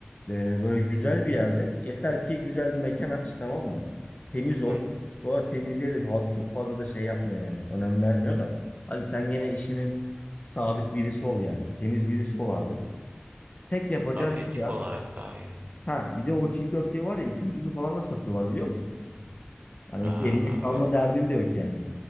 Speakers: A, on the left; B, on the right.
A: Ee, böyle güzel bir yerde yeter ki güzel bir mekan aç tamam mı? Temiz ol.
B: Hı?
A: Bu arada temizliğe de halk çok fazla da şey yapmıyor yani. Önem vermiyor da. Hadi sen gene işinin sadık birisi ol yani. Temiz birisi ol abi. Tek yapacağın
B: Tabii
A: şu
B: etik
A: ya.
B: olarak daha iyi.
A: Ha bir de o çiğ köfteyi var ya ikinci gün falan da satıyorlar biliyor musun? Hani
B: Aa,
A: eline kalma
B: ö-
A: derdin de yok yani.